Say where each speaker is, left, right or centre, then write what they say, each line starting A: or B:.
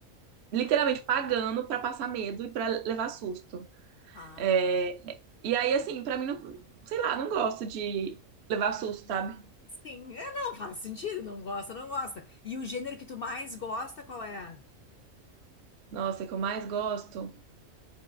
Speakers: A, on the right; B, on the left.
A: literalmente pagando pra passar medo e pra levar susto.
B: ah,
A: É, e aí, assim, pra mim, não, sei lá, não gosto de levar susto, sabe?
B: sim. É, não, faz sentido. Não gosta, não gosta. E o gênero que tu mais gosta, qual é?
A: Nossa, o que eu mais gosto,